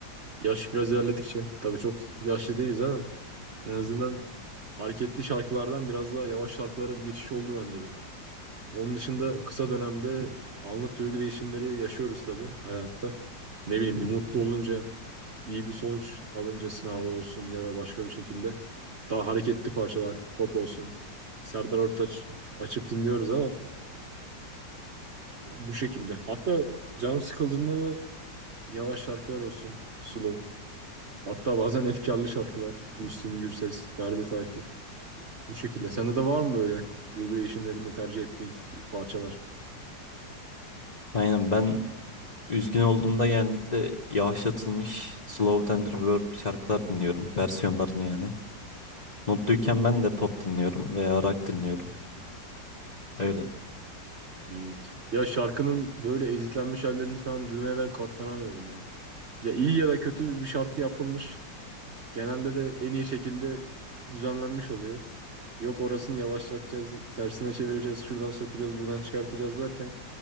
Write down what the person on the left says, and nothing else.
Aynen ben Üzgün olduğumda genellikle yavaşlatılmış slow and reverb şarkılar dinliyorum. Versiyonlarını yani. Mutluyken ben de pop dinliyorum veya rock dinliyorum. Öyle.